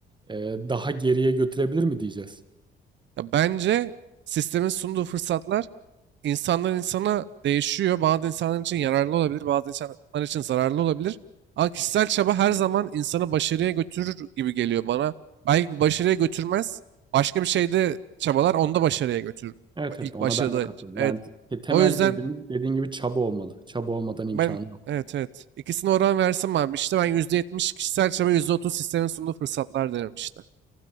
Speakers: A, on the right; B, on the right.
A: e, daha geriye götürebilir mi diyeceğiz?
B: Ya bence sistemin sunduğu fırsatlar insanlar insana değişiyor. Bazı insanlar için yararlı olabilir, bazı insanlar için zararlı olabilir. Ama kişisel çaba her zaman insanı başarıya götürür gibi geliyor bana. Belki başarıya götürmez. Başka bir şeyde çabalar onda başarıya götürür.
A: Evet evet
B: İlk
A: ona
B: başarıda.
A: ben de katılıyorum.
B: Evet.
A: Yani te- temel
B: O yüzden
A: girdim dediğin gibi çaba olmalı. Çaba olmadan imkanı
B: Ben
A: yok.
B: evet evet. İkisine oran versem abi işte ben %70 kişisel çaba %30 sistemin sunduğu fırsatlar derim işte.